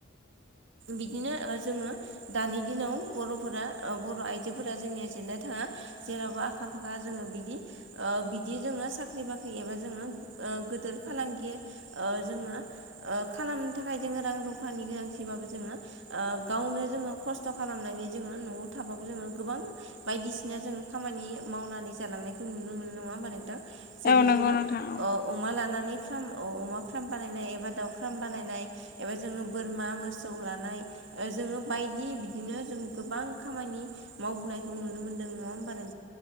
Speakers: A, on the right; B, on the left.
A: बिदिनो ओ जोङो दानि दिनाव बर'फोरा ओ बर' आइजोफोरा जोंनिया जेनना थाङा। जेरावबो आखा फाखा जोङो बिदि। ओ बिदि जोङो साख्रि बाख्रि एबा जोङो ओ गोद फार फालांगि ओ जोङो ओ खालामनो थाखाय जोङो रां रुफानि गोनांथिबाबो जोङो ओ गावनो जोङो खस्थ' खालामनानै जोङो न'आव थाबाबो जोङो गोबां बायदिसिना जों खामानि मावनानै जालांनायखौ नुनो मोनो नङा होमबा नोंथां। जेरै
B: औ नंगौ
A: जोङो
B: नोंथां औ
A: अमा लानानै फार्म अमा फार्म बानायनाय एबा दाउ फार्म बानायनाय एबा जोङो बोरमा मोसौ लानाय ओ जोङो बायदि बिदिनो जों गोबां खामानि मावबोनायखौ नुनो मोनदों नङा होमबा नों